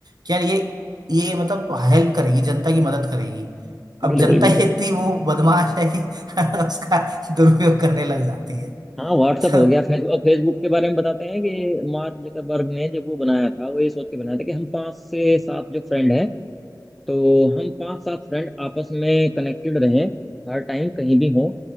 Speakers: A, on the right; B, in the centre.
A: कि यार ये ये मतलब हेल्प करेगी जनता की मदद करेगी अब
B: बिल्कुल
A: जनता
B: बिल्कुल
A: ही इतनी वो बदमाश है कि <laughs> उसका दुरुपयोग करने लग जाती है
B: हाँ व्हाट्सअप
A: तो
B: हो गया फेसबुक और फेसबुक के बारे में बताते हैं कि मार्क जकरबर्ग ने जब वो बनाया था वो ये सोच के बनाया था कि हम पांच से सात जो फ्रेंड हैं तो हम पांच सात फ्रेंड आपस में कनेक्टेड रहें हर टाइम कहीं भी हों